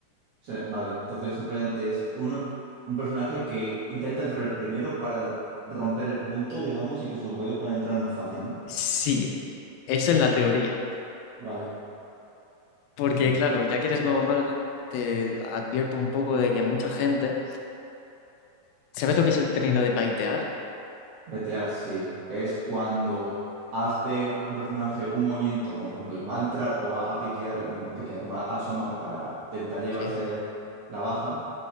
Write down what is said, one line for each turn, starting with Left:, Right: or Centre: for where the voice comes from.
Right: sea, vale, entonces simplemente es un, un personaje que intenta entrar el primero para romper el punto, digamos, y que sus compañeros puedan entrar más fácil, ¿no?
Left: Sí, eso
Right: Vale,
Left: en la teoría.
Right: Vale.
Left: Porque
Right: entiendo.
Left: claro, ya que eres nuevo en Valorant, te advierto un poco de que mucha gente... ¿Sabes lo que es el término de baitear?
Right: Betear, sí. Es cuando hace un personaje un movimiento, como por ejemplo, va a entrar o va a piquear, bueno, va a piquear, va a asomar para intentar llevarse
Left: Sí.
Right: la baja.